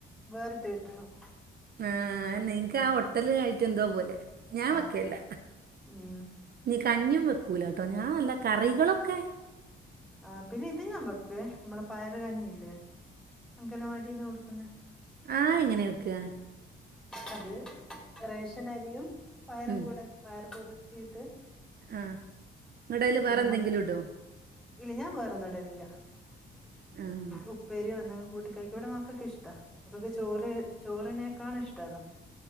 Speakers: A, in the centre; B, on the right.
A: വേറിട്ട് കിട്ടണം.
B: ആഹ് നിങ്ങക്ക്
A: ആഹ്
B: ആ ഹോട്ടല് കയിട്ട് എന്തോ പോലെ ഞാൻ
A: ആഹ്
B: വെക്കേല്ല.
A: ഉം
B: ഞ്ഞി കഞ്ഞും വെക്കൂലട്ടോ ഞാൻ നല്ല കറികളൊക്കെ.
A: ആ പിന്നെ ഇത് ഞാൻ വെക്ക്വേ നമ്മള പയറ് കഞ്ഞി ഇല്ലേ അങ്കനവാടീന്ന് കൊടുക്കുന്ന
B: ആഹ് എങ്ങനെ വെക്ക്?
A: അത് റേഷൻ അരിയും പയറും
B: ഉം
A: കൂടെ പയർ കുതിർത്തിയിട്ട്.
B: ആഹ് ഇങ്ങട് അയിൽ വേറെ എന്തെങ്കിലുടോ?
A: കൂടെ ഇല്ല ഞാൻ വേറൊന്ന് ഇടലില്ല.
B: ആഹ്.
A: ഉപ്പേരിയോ എന്തെലും കൂട്ടിക്കഴിക്ക ഇവിടെ മക്കൾക്ക് ഇഷ്ട മക്കക്ക് ചോറ് ചോറിനേക്കാാണ് ഇഷ്ട അതാ.